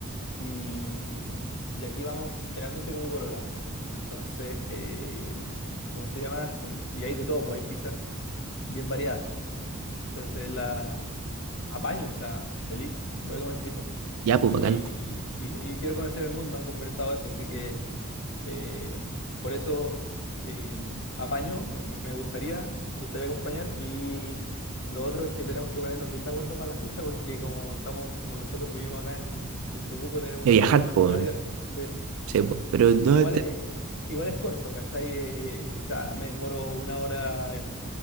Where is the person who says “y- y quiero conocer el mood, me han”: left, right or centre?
Left